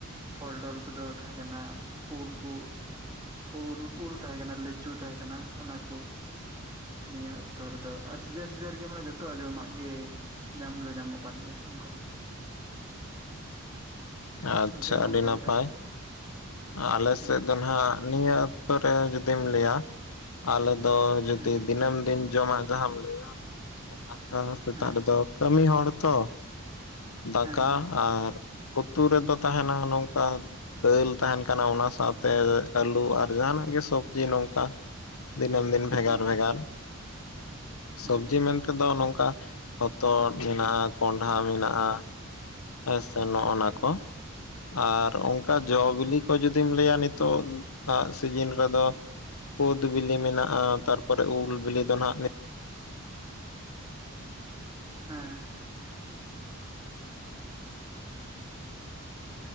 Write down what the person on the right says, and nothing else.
ᱯᱷᱚᱞ ᱰᱚᱞ ᱠᱚᱫᱚ ᱛᱟᱦᱮᱸ ᱠᱟᱱᱟ ᱩᱞ ᱠᱩ ᱩᱞ ᱩᱞ ᱛᱟᱦᱮᱸ ᱠᱟᱱᱟ ᱞᱤᱪᱩ ᱛᱟᱦᱮᱸ ᱠᱟᱱᱟ ᱚᱱᱟ ᱠᱚ, ᱱᱤᱭᱟᱹ ᱚᱠᱛᱚ ᱨᱮᱫᱚ ᱟᱨ ᱥᱤᱡᱟᱹᱱ ᱥᱤᱡᱟᱹᱱ ᱨᱮᱜᱮ ᱢᱟᱱᱮ ᱡᱚᱛᱚᱣᱟᱜ ᱡᱚᱢᱟᱜ ᱜᱮ, ᱧᱟᱢ ᱫᱚ ᱧᱟᱢᱚᱜ ᱠᱟᱱ ᱜᱮᱭᱟ ᱚᱱᱠᱟ <inaudible>
ᱚᱱᱛᱮ ᱢᱟ
ᱚᱠᱟ
ᱞᱮᱠᱟ
ᱦᱮᱸ
ᱦᱮᱸ
ᱦᱮᱸ
ᱦᱮᱸ
ᱦᱮᱸ
ᱦᱮᱸ
ᱦᱮᱸ
ᱦᱮᱸ
ᱦᱮᱸ